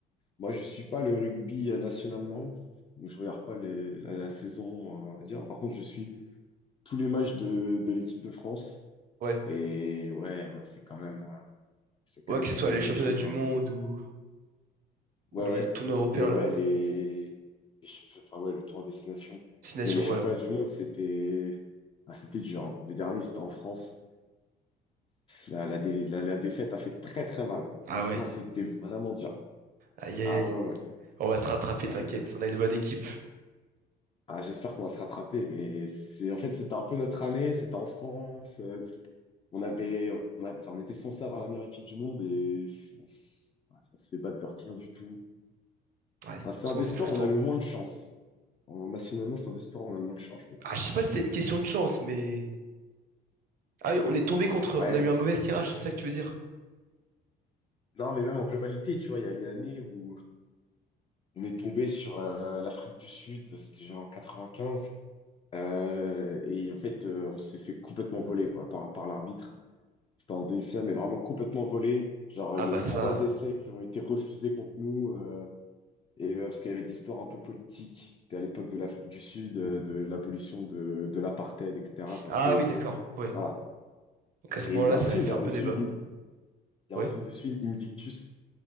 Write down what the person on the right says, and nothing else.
Ouais.
Ouais,
que
ce soit
les
championnats
du
monde
ou,
ou les
tournois européens,
là.
euh,
Six nations,
voilà.
Ah
ouais.
Aïe, aïe,
aïe.
On va se rattraper,
t'inquiète.
On a une bonne équipe.
Ouais,
souvent
c'est
frustrant.
Ah, je sais pas si c'est une question de chance, mais Ah oui, on est tombé contre.
On a eu un mauvais tirage, c'est ça que tu veux dire?
Ah
bah
ça.
Ah
oui, d'accord. Ouais.
Donc à ce
moment-là,
ça
avait fait
un peu
débat.
Oui.